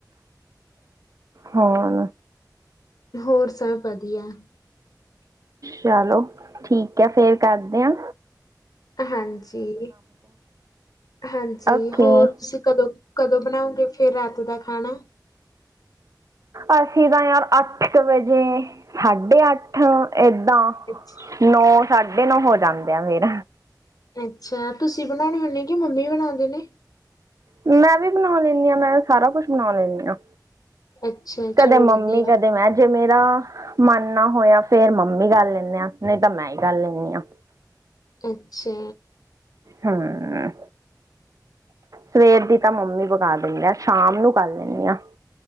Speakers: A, on the right (about 50°); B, on the left (about 60°).
A: ਹੋਰ
B: ਹੋਰ ਸਭ ਵਧੀਆ।
A: ਚਲੋ, ਠੀਕ ਏ ਫੇਰ ਕਰਦੇ ਆਂ।
B: ਹਾਂਜੀ-ਹਾਂਜੀ
A: ਓਕੇ
B: ਹੋਰ ਤੁਸੀਂ ਕਦੋਂ ਕਦੋਂ ਬਨਾਉਗੇ ਫੇਰ ਰਾਤ ਦਾ ਖਾਨਾ
A: ਅਸੀਂ ਤਾਂ ਯਾਰ ਅੱਠ ਕ ਵਜੇ ਸਾਢੇ ਅੱਠ ਏਦਾਂ
B: ਅੱਛਾ।
A: ਨੌ ਸਾਢੇ ਨੌ ਹੋ ਜਾਂਦੇ ਆ ਫੇਰ
B: ਅੱਛਾ, ਤੁਸੀਂ ਬਨਾਉਨੇ ਹੁੰਦੇ, ਕਿ ਮੰਮੀ ਬਨਾਦੇ ਨੇ।
A: ਮੈਂ ਵੀ ਬਨਾਓ ਲੈਂਨੀ ਆਂ, ਮੈਂ ਸਾਰਾ ਕੁਛ ਬਨਾਓ ਲੈਂਨੀ ਆ।
B: ਅੱਛਾ, ਚਲੋ
A: ਕਦੇ
B: ਵਧੀਆ।
A: ਮੰਮੀ ਕਦੇ ਮੈਂ ਜੇ ਮੇਰਾ ਮਨ ਨਾ ਹੋਏਆ, ਫੇਰ ਮੰਮੀ ਕਰ ਲੈਂਨੇ ਆਂ, ਨਈ ਤਾਂ ਮੈਂ ਹੀ ਕਰ ਲੈਂਨੀ ਆਂ।
B: ਅੱਛਾ।
A: ਹਾਂ ਸਵੇਰ ਦੀ ਤਾਂ ਮੰਮੀ ਪਕਾ ਦਿੰਦੇ ਆਂ, ਸ਼ਾਮ ਨੂੰ ਕਰ ਲੈਂਨੀ ਆਂ।